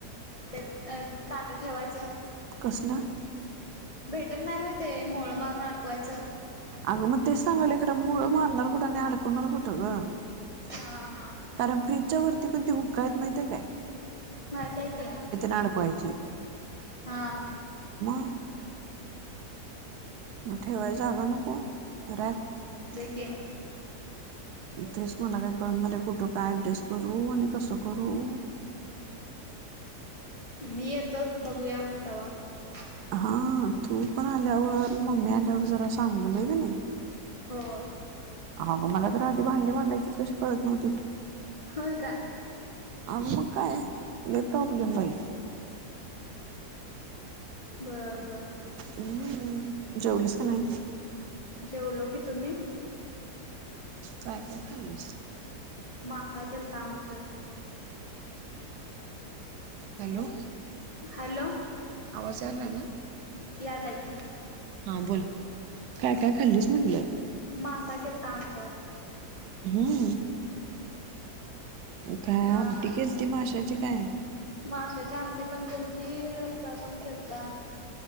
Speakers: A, on the left; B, on the right.
A: ते, ताट ठेवायचं
B: कसलं?
A: भेटत नाही हो ते मोळ मारून अडकवायचं
B: आग म ते सांगलखरा मुूळ मारणार कुठं आणि अडकणार कुठं ग
A: हा हा.
B: कारण फ्र्रीजच्या वरती पण ते हुकायत माहित आहे
A: माताय क
B: अडकवायचे
A: हा
B: <inaudible> मोठे वय जागनुकरख
A: क
B: तेच मला काय कळून झालं कुठं काय ऍडजस्ट करू आणि कसं करू ह
A: मी येतो बघूया तवा्हा
B: हा तू पण आल्यावर मम्मी आल्यावर जरा सांगलय का नाही
A: हो
B: अगं मला तर आधी भांडी मांडायचीच कशी करत नव्हती
A: हो का
B: आमवाकाय लेतप जमय
A: बर बर
B: हम्म जेवलीस का नाही
A: जेवलो की तुम्ही
B: काय काय खाल्लीस
A: मसा केल तमचे
B: हॅलो
A: हॅलो
B: बजारला ना
A: याला क
B: हा बोल काय काय खाल्लीस म्हटलं
A: मासा केलता आमच्यात
B: हम्म काय
A: हा
B: आमटी
A: हा.
B: केल त माशाची काय
A: माशाची आमटी पण खेलती रस्ता पण खेलता